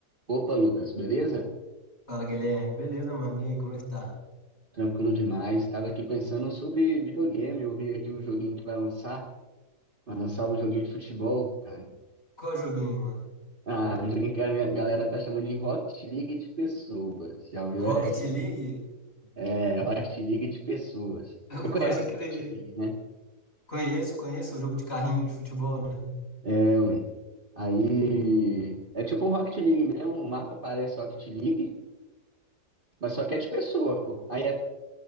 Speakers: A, on the right; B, on the left.
A: Opa, Lucas, beleza?
B: Fala, Guilherme. Beleza, mano? E aí, como é que tá?
A: Tranquilo demais. Estava aqui pensando sobre videogame. Eu vi aqui o joguinho que vai lançar. Vai lançar um joguinho de futebol, cara.
B: Qual joguinho, mano?
A: Ah, um joguinho que a minha galera tá chamando de Rocket League de pessoas. Já ouviu
B: Rocket
A: essa?
B: League?
A: É, Rocket League de pessoas.
B: <laughs>
A: Você conhece
B: Pode crer.
A: Rocket League, né?
B: Conheço, conheço. O jogo de carrinho de futebol, né?
A: É, ui. Aí é tipo um Rocket League mesmo. O mapa parece Rocket League, mas só que é de pessoa, pô. Aí é